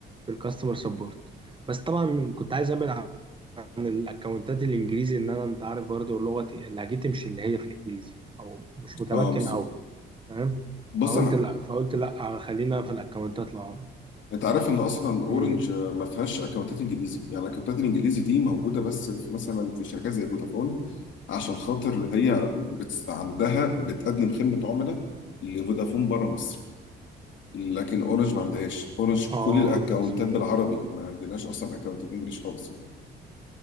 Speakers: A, on the right; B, on the left.
A: في الكاستمر سبورت بس طبعا كنت عايز أبعد عن الاكونتات الانجليزي ان انا انت عارف برضو لغتي لهجتي مش اللي هي في الانجليزي او مش متمكن
B: اه بالظبط
A: قوي فاهم
B: بص
A: فقلت
B: انا
A: لا فقلت لا خلينا في الاكونتات العربي
B: انت عارف ان اصلا اورنج
A: امم
B: آه، ما فيهاش اكونتات انجليزي يعني الاكونتات الانجليزي دي موجوده بس في مثلا في شركات زي فودافون عشان خاطر هي بت... عندها بتقدم خدمه عملاء لفودافون بره مصر لكن اورنج ما عندهاش اورنج
A: اه
B: كل الاكونتات
A: بسم الله
B: بالعربي ما عندناش اصلا اكونتات انجلش خالص يعني